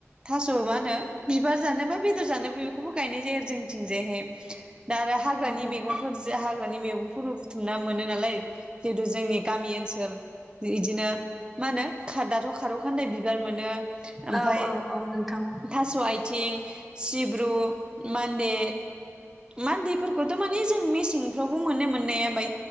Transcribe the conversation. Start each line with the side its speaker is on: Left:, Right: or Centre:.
Right: थास' मा होनो बिबार जानोबा बेद'र जानोबो बेखौबो गायनाय जायो आरो जोंथिंजायहाय। दा आरो हाग्रानि
Centre: औ
Right: मैगंफोरज हाग्रानि <unintelligible> <unintelligible> बुथुमना मोनो नालाय जिदु जोंनि गामि ओनसोल इदिनो मा होनो खा दाथ' खारौखान्दाय बिबार मोनो। ओमफाय
Centre: औ औ औ नोंथां
Right: थास' आयथिं सिब्रु मान्दे मान्देफोरखौत' माने जों मेसेंफ्रावबो मोननो मोननाया बाय